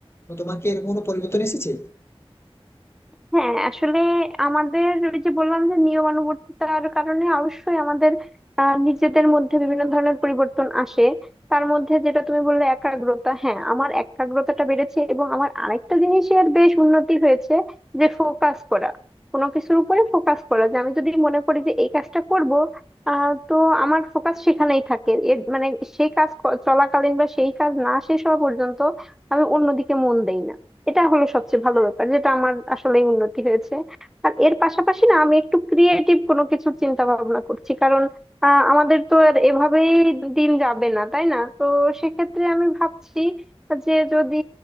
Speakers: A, on the left; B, in the centre.
A: তো তোমার কি এরকম কোনো পরিবর্তন এসেছে
B: হ্যাঁ আসলে আমাদের ওই যে বললাম যে নিয়মানুবর্তিতার কারণে অবশ্যই আমাদের আহ, নিজেদের মধ্যে বিভিন্ন ধরনের পরিবর্তন আসে তার মধ্যে যেটা তুমি বললে একাগ্রতা হ্যাঁ আমার একাগ্রতাটা বেড়েছে এবং আমার আরেকটা জিনিসের বেশ উন্নতি হয়েছে যে ফোকাস করা কোনো কিছুর উপরে ফোকাস করা যে আমি যদি মনে করি যে এই কাজটা করব আহ তো আমার ফোকাস সেখানেই থাকে এর মানে সেই কাজ ক- চলাকালীন বা সেই কাজ না শেষ হওয়া পর্যন্ত আমি অন্যদিকে মন দেই না এটা হলো সবচেয়ে ভালো ব্যাপার যেটা আমার আসলে উন্নতি হয়েছে আর এর পাশাপাশি না আমি একটু ক্রিয়েটিভ কোনো কিছু চিন্তা ভাবনা করছি কারণ আহ, আমাদের তো আর এভাবেই দিন যাবে না তাই না তো সেক্ষেত্রে আমি ভাবছি যে যদি